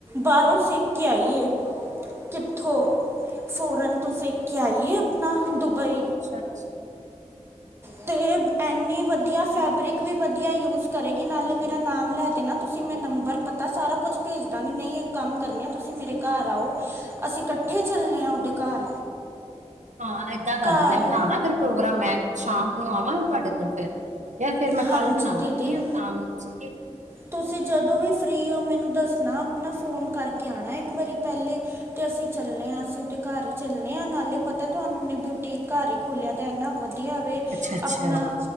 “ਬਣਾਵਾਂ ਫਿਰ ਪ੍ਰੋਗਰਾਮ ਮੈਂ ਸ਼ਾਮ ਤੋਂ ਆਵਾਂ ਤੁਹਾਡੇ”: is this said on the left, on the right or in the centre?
Right